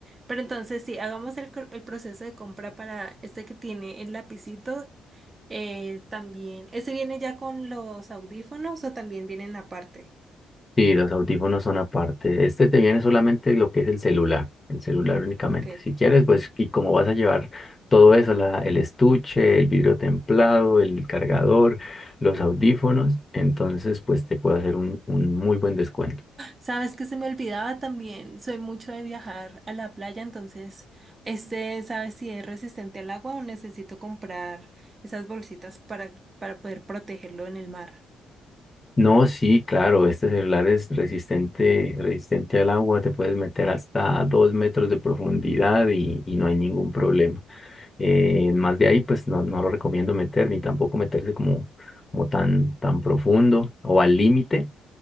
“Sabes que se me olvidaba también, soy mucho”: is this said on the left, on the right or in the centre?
Right